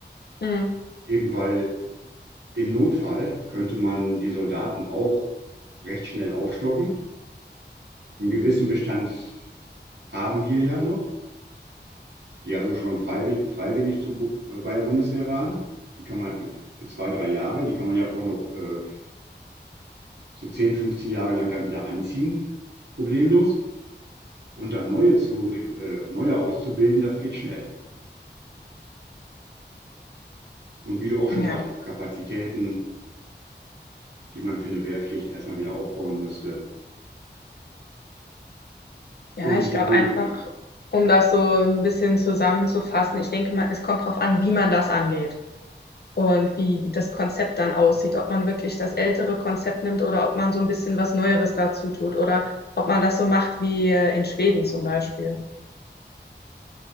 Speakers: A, on the left; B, on the right.
A: Mhm.
B: eben weil Im Notfall könnte man die Soldaten auch recht schnell aufstocken. Einen gewissen Bestand haben wir ja noch, die also schon freiwillig, freiwillig zu, Bu- äh, bei der Bundeswehr waren. Die kann man äh, für zwei, drei Jahre, die kann man ja auch noch äh, so 10 15 Jahre lang dann wieder einziehen, problemlos. Und dann neue, zu, rek- äh, neue auszubilden, das geht schnell. Und wie du auch schon sagtest,
A: Ja.
B: Kapazitäten, die man für eine Wehrpflicht erstmal wieder aufbauen müsste.
A: Ja,
B: Und
A: ich
B: ja
A: glaube
B: gut,
A: einfach,
B: und,
A: um das so ein bisschen zusammenzufassen, ich denke mal, es kommt darauf an, wie man das angeht und wie das Konzept dann aussieht, ob man wirklich das ältere Konzept nimmt oder ob man so ein bisschen was Neueres dazu tut oder ob man das so macht wie äh, in Schweden zum Beispiel.